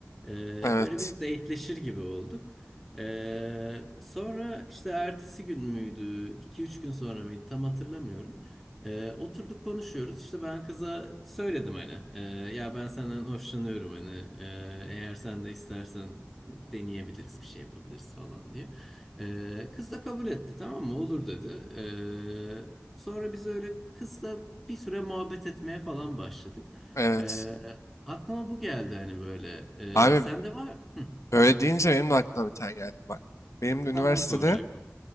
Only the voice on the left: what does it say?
Evet.
Evet.
Abi
böyle deyince benim de aklıma bir tane geldi bak. Benim de üniversitede